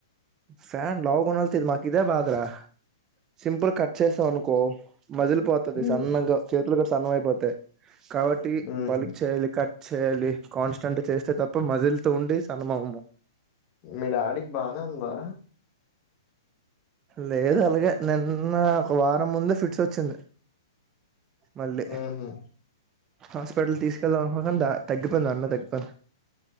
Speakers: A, on the right; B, on the left.
A: ఫ్యాన్ లావు ఉన్నొల్తో మాకు ఇదే భాద రా సింపుల్ కట్ చేసావ అనుకో మజల్ పోతాది
B: ఉమ్.
A: సన్నగా చేతులు కూడ సన్నగా అయిపోతాయి కాబట్టి
B: ఉహుం.
A: బల్క్ చేయలి కట్ చేయాలి కాన్స్టెంట్ చేస్తే తప్ప మజలితో ఉండి సన్నమము
B: మీ డాడీకి బానే ఉందా
A: లేదు అలాగే నిన్న ఒక వారం ముందే ఫిట్స్ వచ్చింది మళ్ళీ
B: ఉహుం.
A: హాస్పిటల్ కి తీసుకెళ్దాం అనుకున్నా కాని తగ్గిపోయింది ఆడనే తగ్గిపొయింది